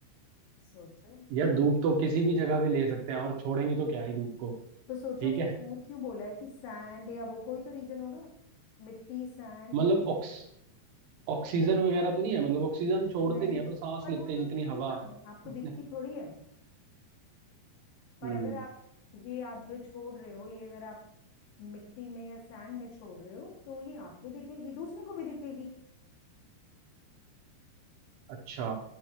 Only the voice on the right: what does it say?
यार धूप तो किसी भी जगह पे ले सकते हैं और छोड़ेंगे तो क्या ही धूप को
ठीक
है
मतलब ऑक्स ऑक्सीजन वगैरह तो नहीं है मतलब ऑक्सीजन हम छोड़ते
नहीं है पर सांस
लेते
हैं
जितनी
हवा
उतने
हम्म
अच्छा